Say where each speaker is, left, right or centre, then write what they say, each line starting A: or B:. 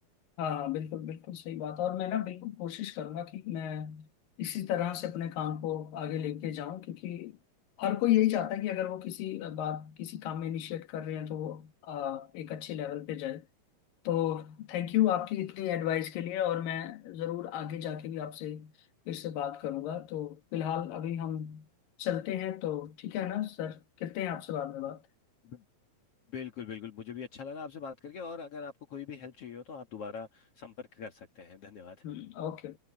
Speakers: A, on the left; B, on the left.
A: हाँ बिल्कुल बिल्कुल सही बात है। और मैं ना बिल्कुल कोशिश करूंगा कि मैं इसी तरह से अपने काम को आगे लेके जाऊं क्योंकि हर कोई यही चाहता है कि अगर वो किसी बात किसी काम में इनिशिएट कर रहे हैं तो वो अ, एक अच्छे लेवल पे जाए तो थैंक यू आपकी इतनी एडवाइस के लिए और मैं ज़रूर आगे जाके भी आपसे फिर से बात करूंगा तो फिलहाल अभी हम चलते हैं तो ठीक है ना सर करते हैं आपसे बाद में बात
B: ब- बिल्कुल बिल्कुल मुझे भी अच्छा लगा आपसे बात करके और अगर आपको कोई भी हेल्प चाहिए हो तो आप दोबारा संपर्क कर सकते हैं धन्यवाद
A: हम्म ओके